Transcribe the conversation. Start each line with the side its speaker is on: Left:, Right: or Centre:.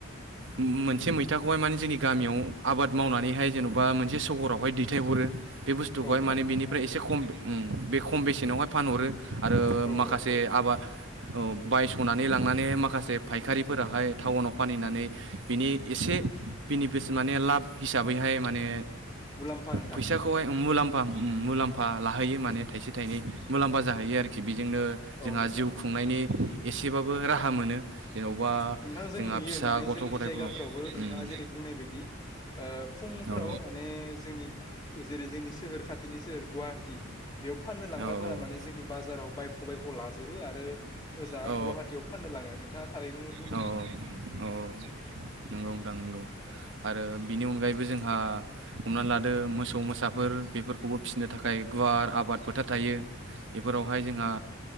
Right: मोनसे मैथाखौहाय माने जोंनि गामियाव आबाद मावनानैहाय जेन'बा मोनसे सहरावहाय दैथायहरो। बे बुस्थुखौहाय
Left: औ थारैनो
Right: माने बेनिफ्राय
Left: नोंथां
Right: एसे खम बे खम बेसेनावहाय फानहरो। आरो
Left: औ
Right: माखासे
Left: औ औ
Right: आबाद औ बायस'नानै लांनानैहाय माखासे फायखारिफोराहाय टाउनाव फानहैनानै बिनि एसे बेनिफिस माने लाब हिसाबैहाय माने
Left: मुलाम्फा नोंथां
Right: फैसाखौहाय मुलाम्फा मुलाम्फा लाहैयो माने थाइसे थाइनै मुलाम्फा जाहैयो आरोखि। बेजोंनो
Left: औ
Right: जोंहा
Left: नोंथां
Right: जिउ खुंनायनि एसेबाबो राहा मोनो। जेन'बा
Left: नोंथां जों
Right: जोंहा
Left: नुयो
Right: फिसा
Left: माने
Right: गथ'
Left: जोंनि
Right: गथायफोरखौ
Left: जायगाफोरावबो नोंथाङा
Right: उम
Left: जेरै बुंनाय बायदि, फुं
Right: औ
Left: फोराव माने जोंनि जेरै जोंनि सोहोर खाथि गुवाहाटि बेयाव फाननो लांग्राफोरा
Right: औ
Left: माने जोंनि बाजाराव बायख' बायख' लाजोबो आरो
Right: औ
Left: गुवाटियाव फाननो लाङो, नोंथाङा थारैनो बुं
Right: औ औ औ औ नंगौ नोंथां नंगौ। आरो बिनि अनगायैबो जोंहा हमना लादो मोसौ मोसाफोर बेफोरखौबो फिसि सिनो थाखाय गुवार आबाद फोथार थायो। बेफोरावहाय जोंहा